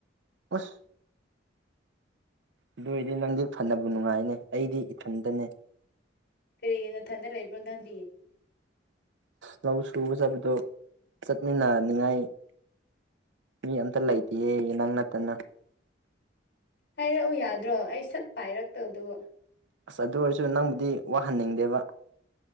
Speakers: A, on the right (about 70°); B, on the left (about 60°).
A: ꯑꯨꯁ ꯑꯗꯨ ꯑꯣꯏꯔꯗꯤ ꯅꯪꯗꯤ ꯐꯅꯕꯨ ꯅꯨꯡꯉꯥꯏꯅꯦ ꯑꯩꯗꯤ ꯏꯊꯟꯇꯅꯦ
B: ꯀꯔꯤꯒꯤ ꯅꯊꯟꯗ ꯂꯩꯕ꯭ꯔꯣ ꯅꯪꯗꯤ
A: ꯂꯧ ꯁꯨꯕ ꯆꯠꯄꯗꯨ ꯆꯠꯃꯤꯟꯅꯅꯤꯡꯉꯥꯏ ꯃꯤ ꯑꯝꯇ ꯂꯩꯇꯦꯌꯦ ꯅꯪ ꯅꯠꯇꯅ
B: ꯍꯥꯏꯔꯛꯑꯣ ꯌꯥꯗ꯭ꯔꯣ ꯑꯩ ꯁꯠ ꯄꯥꯏꯔꯛꯇꯧꯗꯨꯕ
A: ꯑꯁ ꯑꯗꯨ ꯑꯣꯏꯔꯁꯨ ꯅꯪꯕꯨꯗꯤ ꯋꯥꯍꯟꯅꯤꯡꯗꯦꯕ